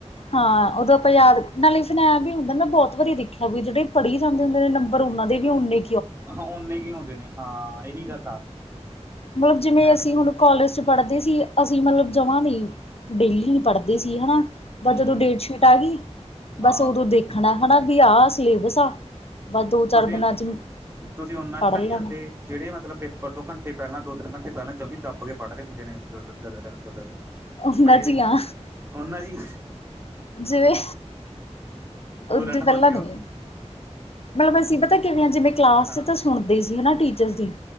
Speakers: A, on the left (about 60°); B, on the right (about 20°).
A: ਹਾਂ ਉਦੋਂ ਤਾ ਯਾਦ ਨਾਲੇ ਫੇਰ ਐਂ ਵੀ ਹੁੰਦਾ ਨਾ ਬਹੁਤ ਵਾਰੀ ਦੇਖਿਆ ਵੀ ਜਿਹੜੇ ਪੜ੍ਹੀ ਜਾਂਦੇ ਹੁੰਦੇ ਨੇ ਨੰਬਰ ਉਹਨਾਂ ਦੇ ਵੀ ਉਨੇ
B: ਹਾ ਓਨੇ ਕੀ ਹੁੰਦੇ ਨੇ ਹਾਂ ਇਹੀ ਗੱਲ ਆ।
A: ਮਤਲਬ ਜਿਵੇਂ
B: ਮੈਂ
A: ਅਸੀਂ
B: ਨਾ
A: ਹੁਣ ਕਾਲਜ ਚ ਪੜ੍ਹਦੇ ਸੀ ਅਸੀਂ ਮਤਲਬ ਜਮਾਂ ਨਹੀਂ ਡੇਲੀ ਨਹੀਂ ਪੜ੍ਹਦੇ ਸੀ ਹਨਾ
B: ਹੂੰ
A: ਬਸ ਜਦੋਂ
B: ਹੂੰ
A: ਡੇਟਸ਼ੀਟ
B: ਹੂੰ
A: ਆ ਗਈ ਬਸ
B: ਹਾਂ
A: ਉਦੋਂ ਦੇਖਣਾ ਹਨਾ ਵੀ ਆਹ ਸਿਲੇਬਸ ਆ ਬਸ ਦੋ ਚਾਰ
B: ਤੁਸੀਂ
A: ਦਿਨਾਂ ਚ
B: ਤੁਸੀਂ ਉਹਨਾਂ
A: ਪੜ੍ਹ
B: ਚ ਤਾਂ
A: ਲੈਣਾ।
B: ਨਹੀਂ ਆਉਂਦੇ ਜਿਹੜੇ ਮਤਲਬ ਪੇਪਰ ਤੋਂ ਘੰਟੇ ਪਹਿਲਾਂ ਦੋ ਤਿੰਨ ਘੰਟੇ ਪਹਿਲਾਂ ਜਮੀ ਦਬ ਕੇ ਪੜ੍ਹਦੇ ਹੂੰਦੇ ਨੇ <unintelligible>
A: ਉਹਨਾਂ
B: ਪੜ੍ਹੇ
A: ਚ ਹੀ
B: <unintelligible>
A: ਆ
B: ਓਨਾਂ ਜੀ
A: ਜਿਵੇਂ
B: ਬੁਰਾ
A: ਉਦੋਂ
B: ਨਾ
A: ਪਹਿਲਾਂ
B: ਮਨਯੋ
A: ਨਹੀਂ ਮਤਲਬ ਅਸੀਂ ਪਤਾ ਕਿਵੇਂ ਹਾਂ ਜਿਵੇਂ ਕਲਾਸ
B: ਹਾਂ
A: ਚ ਤਾਂ ਸੁਣਦੇ ਸੀ ਹਨਾ ਟੀਚਰਜ਼ ਦੀ